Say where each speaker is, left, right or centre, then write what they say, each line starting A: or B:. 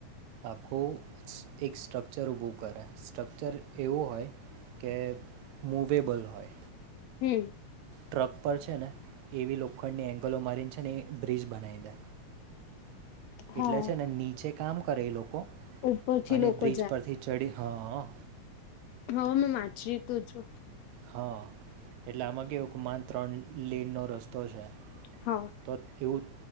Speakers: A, on the right; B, on the left.
A: આખું એક સ્ટ્રક્ચર ઊભું કરે. સ્ટ્રક્ચર એવું હોય કે મૂવેબલ હોય.
B: હમ.
A: ટ્રક પર છે ને, એવી લોખંડની એંગલો મારીને છે ને એ બ્રિજ બનાવી દે.
B: હા
A: એટલે છે ને, નીચે કામ કરે એ લોકો
B: ઉપરથી
A: અને
B: લોકો
A: બ્રિજ પરથી ચડી હહ હહ.
B: હહ મેં વાંચ્યું તો છે.
A: હા, એટલે આમાં કહેવું કે મન ત્રણ લેનનો રસ્તો છે.
B: હા
A: તો એવું